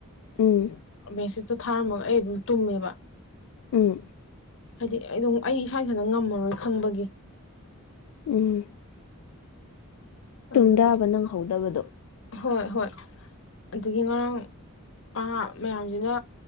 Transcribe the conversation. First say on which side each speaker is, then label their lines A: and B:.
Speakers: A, on the left; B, on the left.
A: ꯎꯝ
B: ꯕꯦꯁꯤꯁꯇꯣ ꯊꯥꯔꯝꯃꯒ ꯑꯩ ꯑꯗꯨꯝ ꯇꯨꯝꯃꯦꯕ
A: ꯎꯝ
B: ꯍꯥꯏꯗꯤ ꯑꯗꯨꯝ ꯑꯩ ꯏꯁꯥ ꯏꯁꯥꯅ ꯉꯝꯃꯔꯣꯏ ꯈꯪꯕꯒꯤ
A: ꯎꯝ ꯇꯨꯝꯊꯕ
B: ꯑꯗꯨꯒꯤ
A: ꯅꯪꯍꯧꯗꯕꯗꯣ
B: ꯍꯣꯏ ꯍꯣꯏ ꯑꯗꯨꯗꯒꯤ ꯉꯔꯥꯡ ꯑ ꯃꯌꯥꯝꯁꯤꯅ